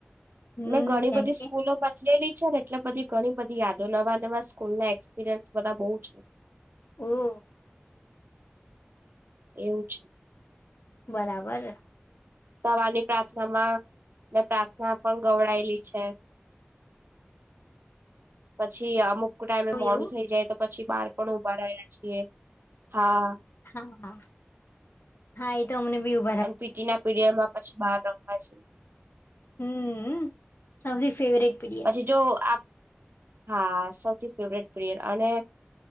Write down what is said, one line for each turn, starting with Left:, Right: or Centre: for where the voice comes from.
Left: હમ
Right: મેં ઘણી
Left: જેમ
Right: બધી
Left: કે
Right: સ્કૂલો ડલેલી છે, ને એટલે બધી ઘણી બધી યાદો નવા નવા સ્કૂલના એક્સપિરિયન્સ બધા બઉ છે.
Left: ઓ
Right: એવું છે.
Left: બરાબર.
Right: સવારની પ્રાર્થના માં મેં પ્રાર્થના પણ ગવડાયેલી છે. પછી અમુક ટાઈમે
Left: ઓ
Right: મોડું
Left: એવું
Right: થઈ જાય તો પછી બહાર પણ ઉભા રહ્યા છીએ હા
Left: હા હા હા એ તો અમને બી ઉ
Right: અન પીટીના પીરિયડમાં પછી બહાર રમવા છે.
Left: હમ સૌથી ફેવરેટ પીડીએ
Right: પછી જો આ હા સૌથી ફેવરેટ <unintelligible> અને